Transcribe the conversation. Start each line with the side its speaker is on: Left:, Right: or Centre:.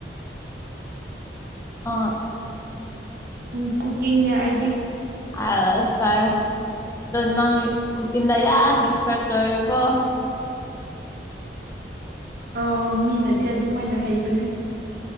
Left: ꯑꯥ
Right: ꯎ ꯀꯨꯀꯤꯡꯅꯦ ꯑꯩꯗꯤ
Left: ꯑꯁꯄꯥꯏ ꯅꯪ ꯀꯀꯤꯗ ꯌꯥ ꯑꯦꯛꯁꯄꯔꯠ ꯇꯧꯔꯀꯣ
Right: ꯑ ꯃꯤꯅꯗꯤ ꯑꯗꯨꯝꯃꯥꯏꯅ ꯍꯩꯕꯅꯦ